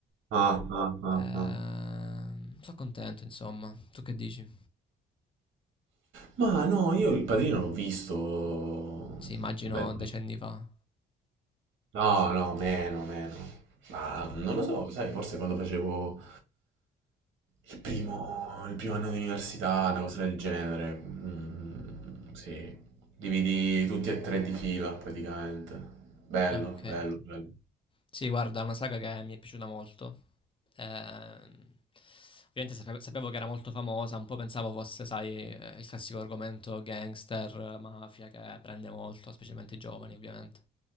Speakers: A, on the right; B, on the left.
A: Ah, ah, ah,
B: Ehm,
A: ah.
B: sono contento, insomma. Tu che dici?
A: Ma no, io il padrino l'ho visto un
B: Sì, immagino
A: bel po'.
B: decenni fa.
A: No, no, meno, meno. Ma non lo so, sai, forse quando facevo il primo, il primo anno di università, una cosa del genere. Mm, sì, li vidi tutti e tre di fila praticamente. Bello,
B: Ok.
A: bello, bello.
B: Sì, guarda, è una saga che mi è piaciuta molto. Ehm, Ovviamente sape- sapevo che era molto famosa, un po' pensavo fosse, sai, eh, il classico argomento gangster, eh, mafia, che prende molto, specialmente i giovani, ovviamente.